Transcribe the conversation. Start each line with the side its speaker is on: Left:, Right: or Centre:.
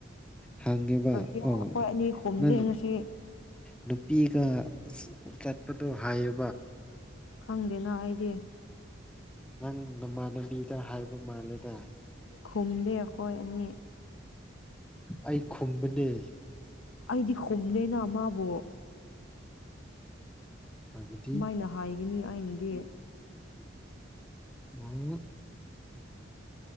Centre: ꯍꯪꯉꯦꯕ
Left: ꯑꯩꯈꯣꯏ
Centre: ꯑꯧ
Left: ꯑꯅꯤ ꯍꯨꯝꯗꯦ
Centre: ꯅꯪ
Left: ꯉꯁꯤ
Centre: ꯅꯨꯄꯤꯒ ꯆꯠꯄꯗꯣ ꯍꯥꯏꯌꯦ
Left: ꯈꯪꯗꯦꯅ ꯑꯩꯗꯤ
Centre: ꯅꯪ ꯅꯃꯥꯟꯅꯕꯤꯗ ꯍꯥꯏꯕ ꯃꯥꯜꯂꯦꯗ
Left: ꯈꯨꯝꯗꯦ ꯑꯩꯈꯣꯏ ꯑꯅꯤ
Centre: ꯑꯩ ꯈꯨꯝꯕꯗꯤ
Left: ꯑꯩꯗꯤ ꯈꯨꯝꯅꯦꯅ ꯃꯥꯕꯨ
Centre: ꯍꯥꯏꯕꯗꯤ
Left: ꯀꯃꯥꯏꯅ ꯍꯥꯏꯒꯅꯤ ꯑꯩꯅꯗꯤ
Centre: <unintelligible>